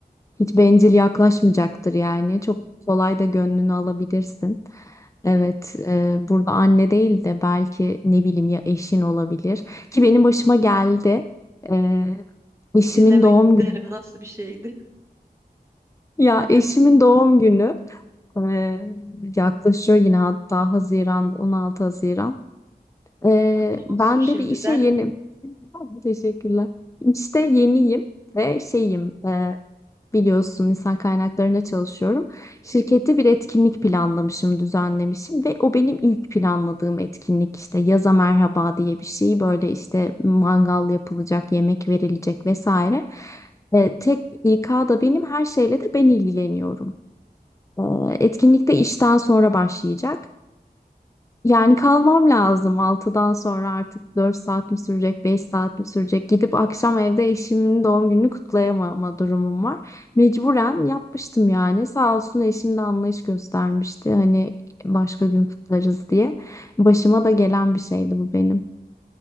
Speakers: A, on the left (about 20°); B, on the right (about 15°).
A: Hiç bencil yaklaşmayacaktır yani. Çok kolay da gönlünü alabilirsin. Evet e, burada anne değil de belki ne bileyim ya eşin olabilir. Ki benim başıma geldi. E, eşimin
B: Dinlemek
A: doğum
B: isterim.
A: günü.
B: Nasıl bir şeydi?
A: Ya
B: <laughs>
A: eşimin doğum günü. Ee, yaklaşıyor yine hatta Haziran, 16 Haziran. Ee,
B: Kutlu
A: ben
B: olsun şimdiden.
A: de bir işe yeni... <laughs> Teşekkürler. İşte yeniyim ve şeyim e, biliyorsun insan kaynaklarında çalışıyorum. Şirkette bir etkinlik planlamışım, düzenlemişim ve o benim ilk planladığım etkinlik işte yaza merhaba diye bir şey. Böyle işte mangal yapılacak, yemek verilecek vesaire. E, tek İK'da benim her şeyle de ben ilgileniyorum. Ee, Etkinlik de işten sonra başlayacak. Yani kalmam lazım altıdan sonra artık 4 saat mi sürecek, 5 saat mi sürecek? Gidip akşam evde eşimin doğum gününü kutlayamama durumum var. Mecburen yapmıştım yani. Sağ olsun eşim de anlayış göstermişti. Hani başka gün kutlarız diye. Başıma da gelen bir şeydi bu benim.